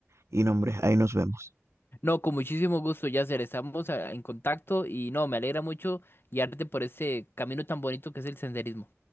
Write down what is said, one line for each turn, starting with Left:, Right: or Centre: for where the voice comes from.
Right: y no, hombre, ahí nos vemos.
Left: No, con muchísimo gusto, Yasser. Estamos ah, en contacto y no, me alegra mucho guiarte por ese camino tan bonito que es el senderismo.